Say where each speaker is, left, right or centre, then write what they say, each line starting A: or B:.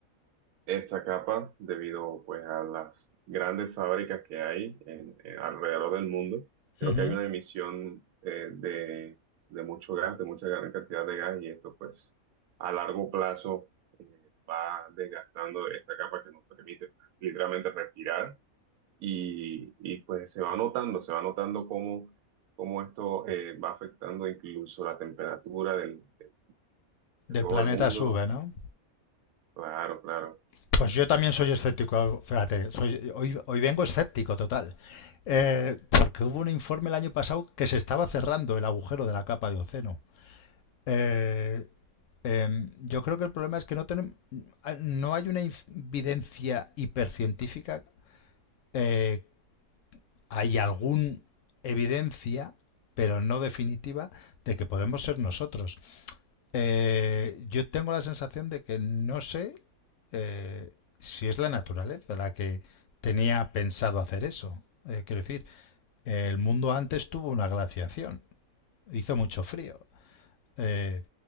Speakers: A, on the right; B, on the left.
A: esta capa debido pues a las grandes fábricas que hay en- en alrededor del mundo. Creo
B: Uh -huh.
A: que hay una emisión eh, de, de mucho gas, de mucha gran cantidad de gas y esto pues a largo plazo eh, va desgastando esta capa que nos permite literalmente respirar y, y, pues se va notando, se va notando cómo, cómo esto eh, va afectando incluso la temperatura del- de de
B: Del
A: todo
B: planeta
A: el mundo.
B: sube, ¿no?
A: Claro, claro,
B: Pues
A: así
B: yo también
A: es,
B: soy escéptico, fíjate, soy, hoy, hoy vengo escéptico total, eh, porque hubo un informe el año pasado que se estaba cerrando el agujero de la capa de océano. Eh, eh, yo creo que el problema es que no, tenemos, no hay una evidencia hipercientífica eh, hay alguna evidencia, pero no definitiva, de que podemos ser nosotros. Eh, yo tengo la sensación de que no sé eh, si es la naturaleza la que tenía pensado hacer eso. Eh, quiero decir, el mundo antes tuvo una glaciación, hizo mucho frío. Eh,